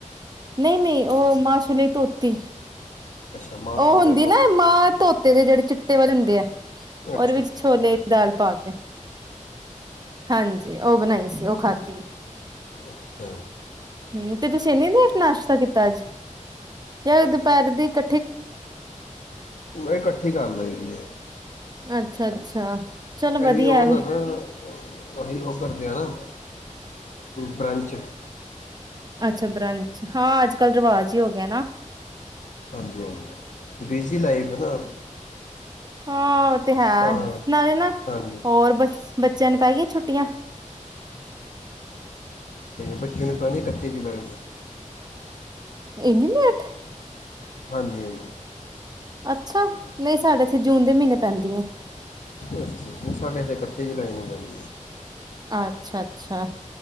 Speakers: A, on the right; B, on the left.
A: ਨਹੀਂ-ਨਹੀਂ ਉਹ ਮਾ-ਸ਼ੋਲਿਆ ਧੋਤੀ
B: ਅੱਛਾ ਮਾਂ
A: ਉਹ
B: ਛੋਲੇ
A: ਹੁੰਦੀ
B: ਧੋਤੀ
A: ਨਾ ਮਾਂ-ਧੋਤੇ ਦੇ ਜਿਹੜੇ ਚਿੱਟੇ ਵਾਲੇ ਹੁੰਦੇ ਏ। ਉਹਦੇ
B: ਅੱਛਾ
A: ਵਿੱਚ
B: ਅੱਛਾ
A: ਛੋਲੇ ਦੀ ਦਾਲ ਪਾ ਕੇ, ਹਾਂਜੀ ਉਹ ਬਨਾਈ ਸੀ ਉਹ ਖਾਧੀ ਏ।
B: ਅੱਛਾ
A: ਹੂੰ, ਤੇ ਤੁਸੀ ਏਨੀ ਲੇਟ ਨਾਸ਼ਤਾ ਕੀਤਾ ਅੱਜ? ਯਾ ਦੁਪਹਿਰ ਦੀ ਕ
B: ਮ ਇਕੱਠੀ ਕਰ ਲਈ ਦੀ ਏ।
A: ਅੱਛਾ ਅੱਛਾ ਚਲੋ
B: ਅਹੀ
A: ਵਧੀਆ
B: ਉਹ
A: ਐ ਵੀ
B: <unintelligible> ਅਹੀ ਉਹ ਕਰਦੇ ਆ ਨਾ ਬ੍ਰੰਚ
A: ਅੱਛਾ, ਬ੍ਰੰਚ ਹਾਂ ਅੱਜ-ਕੱਲ ਰਿਵਾਜ ਹੀ ਹੋ ਗਿਆ ਨਾ।
B: ਹਾਂਜੀ ਹਾਂਜੀ ਬਿਜ਼ੀ ਲਾਈਫ ਹੈ ਨਾ
A: ਹਾਂ, ਉਹ ਤੇ, ਹੈ
B: ਤਾਂ
A: ਨਾਲੇ ਨਾ,
B: ਹਾਂਜੀ
A: ਹੋਰ ਬ ਬੱਚਿਆਂ ਨੂੰ ਪੈ ਗਈਆਂ ਛੁੱਟੀਆਂ
B: ਬੱਚੇ ਨੂੰ ਪੈਣੀ ਕਂਤੀ ਦੀ ਪੈ
A: ਇਹਨੀ ਲੇਟ-'
B: ਹਾਂਜੀ, ਹਾਂਜੀ।।
A: ਅੱਛਾ ‌ਨਹੀਂ ਸਾਡੇ ਇੱਥੇ ਜੂਨ ਦੇ ਮਹੀਨੇ ਪੈਂਦੀ ਹੈ।
B: ਅੱਛਾ ਸਾਡੇੇ ਇਕੱਤੀ ਜੁਲਾਈ ਨੂੰ ਬਦ
A: ਅੱਛਾ, ਅੱਛਾ।